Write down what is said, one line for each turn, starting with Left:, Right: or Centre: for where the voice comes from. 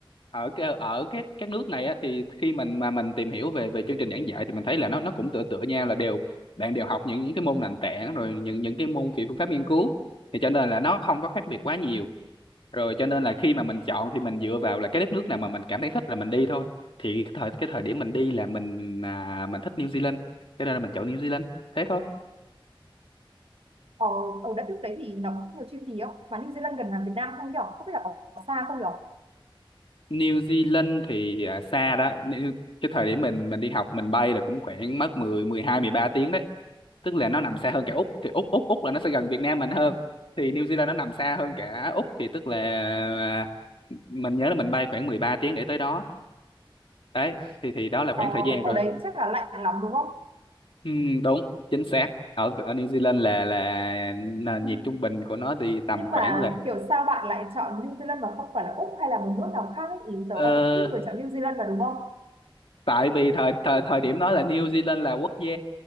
Left: ở cái- ở các các nước này á thì khi mình mà mình tìm hiểu về về chương trình giảng dạy thì mình thấy là nó nó cũng tựa tựa nhau là đều bạn đều học những cái môn nền tảng rồi những những cái môn về phương pháp nghiên cứu thì cho nên là nó không có khác biệt quá nhiều rồi cho nên là khi mà mình chọn thì mình dựa vào là cái đất nước nào mà mình cảm thấy thích là mình đi thôi thì cái thời cái thời điểm mình đi là mình à, mình thích New Zealand cho nên là mình chọn New Zealand thế thôi
Right: ở ở đất nước đấy thì nó có nhiều chi phí không mà New Zealand gần hàng Việt Nam không nhỉ không biết là có xa không nhỉ
Left: New Zealand thì à, xa đó New- cái thời điểm mình mình đi học mình bay là cũng khoảng mất mười mười hai mười ba tiếng đấy tức là nó nằm xa hơn cả Úc thì Úc Úc Úc là nó sẽ gần Việt Nam mình hơn thì New Zealand nó nằm xa hơn cả Úc thì tức là à, mình nhớ là mình bay khoảng 13 tiếng để tới đó đấy thì thì đó là
Right: ờ,
Left: khoảng thời gian rồi
Right: ở đấy chắc là lạnh lắm đúng không
Left: Ừ, đúng chính xác ở ở New Zealand là là nền
Right: <laughs>
Left: nhiệt trung bình của nó thì tầm
Right: nhưng
Left: khoảng
Right: mà
Left: là
Right: kiểu sao bạn lại chọn New Zealand mà không phải là Úc hay là một nước nào khác ấy? Ý tớ
Left: ờ,
Right: là cũng ít người chọn New Zealand mà đúng không?
Left: tại vì thời thời thời điểm đó là New Zealand là quốc gia